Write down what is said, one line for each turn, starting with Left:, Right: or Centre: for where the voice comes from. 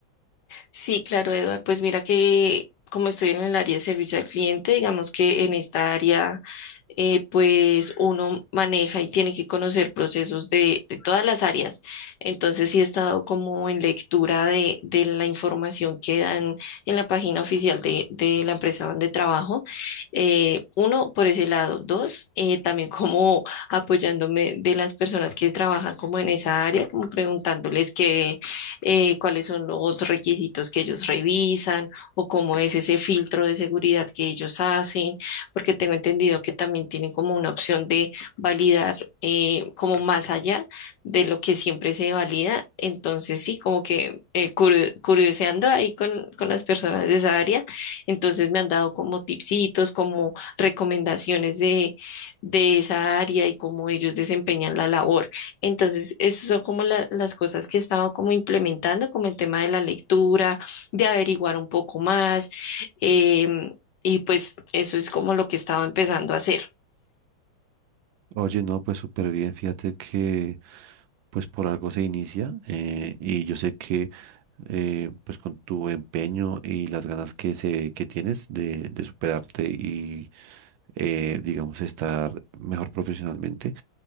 Left: Sí, claro, Eduard. Pues mira que como estoy en el área de servicio al cliente, digamos que en esta área, eh, pues uno maneja y tiene que conocer procesos de, de todas las áreas. Entonces sí he estado como en lectura de, de la información que dan en la página oficial de, de la empresa donde trabajo. Eh, uno, por ese lado. Dos, eh, también como apoyándome de las personas que trabajan como en esa área, como preguntándoles qué eh, cuáles son los requisitos que ellos revisan o cómo es ese filtro de seguridad que ellos hacen, porque tengo entendido que también tienen como una opción de validar eh, como más allá de lo que siempre se valida. Entonces, sí, como que eh, curio- curioseando ahí con, con las personas de esa área, entonces me han dado como tipsitos, como recomendaciones de, de esa área y cómo ellos desempeñan la labor. Entonces, esas son como la- las cosas que he estado como implementando, como el tema de la lectura, de averiguar un poco más. em, y pues eso es como lo que he estado empezando a hacer.
Right: Oye, no, pues súper bien, fíjate que pues por algo se inicia eh, y yo sé que eh, pues con tu empeño y las ganas que, se, que tienes de, de superarte y eh, digamos estar mejor profesionalmente,